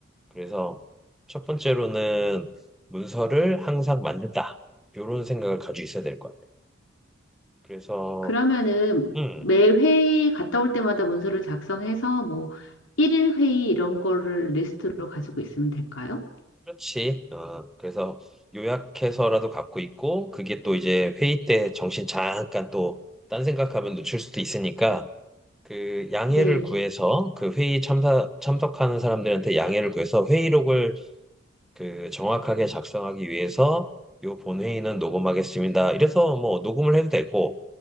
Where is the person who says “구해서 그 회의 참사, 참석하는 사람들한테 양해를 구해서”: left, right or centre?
Centre